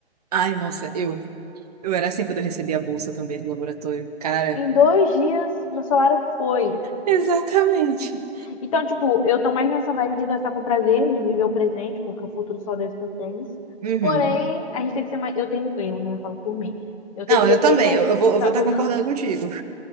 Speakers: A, on the right; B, on the left.
A: Ai, nossa, eu, eu era assim quando eu recebi a bolsa também do laboratório. Cara,
B: Em dois dias, meu salário foi.
A: exatamente.
B: Então, tipo, eu tô mais nessa vibe de gastar com prazer, de viver o presente, porque o futuro só Deus pertence.
A: Uhum.
B: Porém, a gente tem que ser mais. Eu tenho. Eu, né? Eu falo por mim. Eu tenho
A: Não,
B: que ser
A: eu
B: bem
A: também,
B: mais
A: eu,
B: responsável.
A: eu vou, eu vou estar concordando
B: <laughs>
A: contigo.